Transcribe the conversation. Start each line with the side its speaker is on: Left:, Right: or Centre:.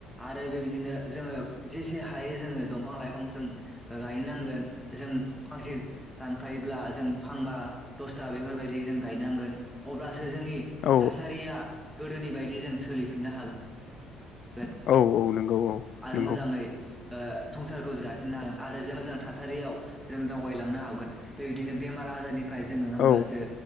Centre: आरो बेबायदिनो जोङो जेसे हायो जोङो दंफां लाइफांखौ जों ओ गायनो नांगोन जों फांसे दानफायोब्ला जों फांबा दसथा बेफोरबायदि जों गायनांगोन अब्लास सो जोंनि
Left: औ
Centre: थासारिया गोदोनि बायदि जों सोलिफिननो हा गोन
Left: औ नंगौ औ
Centre: आरो
Left: नंगौ
Centre: मोजाङै ओ संसारखौ जाफिननो हागोन आरो जों मोजां थासारियाव जों दावबायलांनो हागोन बेबायदिनो बेमार आजारनि फ्राय जोङो होमब्लासो
Left: औ